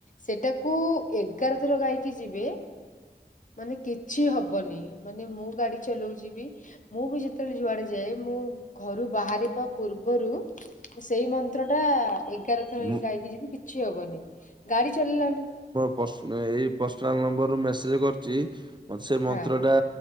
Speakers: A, on the left; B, on the right.
A: ସେଟାକୁ ଏଗାର ଥର ଗାଇକି ଯିବେ। ମାନେ କିଛି ହବନି ମାନେ ମୁଁ ଗାଡି ଚଲଉଚିବି ମୁଁ ବି ଯେତେବେଳେ ଯୁଆଡେ ଯାଏ। ମୁଁ ଘରୁ ବାହାରିବା ପୂର୍ବରୁ ସେଇ ମନ୍ତ୍ରଟା ଏଗାର ଥର ହିଁ
B: ମୁଁ
A: ଗାଇକି ଯିବି କିଛି ହବନି ଗାଡି ଚଲେଇଲା ବେଳେ
B: ପ୍ରସ ନା ଏଇ ପ୍ରସନାଲ ନମ୍ବରୁ ମେସେଜ କରୁଚି। ମତେ ସେ ମନ୍ତ୍ର
A: ହଁ
B: ଟା